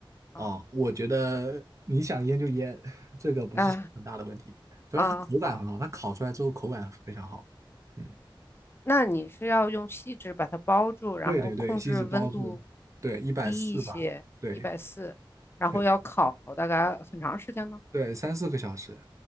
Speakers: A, on the left; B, on the right.
A: 啊
B: 哦，我觉得你想腌就腌，<laughs> 这个不是很大的问题。
A: 啊
B: 主要它口感很好，
A: 啊，好，
B: 它烤出来之后口感非常好。嗯，
A: 那你是要用锡纸把它包住，然后控制温度
B: 对对对，锡纸包住，对，一百四吧，
A: 低一些，
B: 对
A: 一百四，然后要烤大概很长时间吗？
B: 对对，三四个小时。